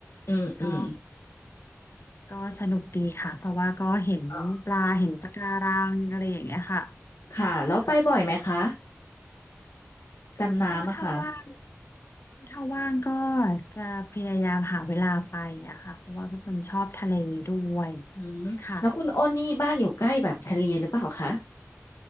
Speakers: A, on the left; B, on the left.
A: อืมอืม
B: ก็ก็สนุกดีค่ะเพราะว่าก็เห็นปลาเห็นปะการังอะไรอย่างเงี้ยค่ะ
A: อ๋อ ค่ะแล้วไปบ่อยไหมคะ
B: ค่ะ
A: ดำน้ำอะค่ะ
B: ก็ถ้าว่าง ถ้าว่างก็จะพยายามหาเวลาไปอะค่ะเพราะว่าเป็นคนชอบทะเลด้วย
A: อืมแล้วคุณอ้นนี่บ้านอยู่ใกล้แบบทะเลหรือเปล่าคะ
B: ค่ะ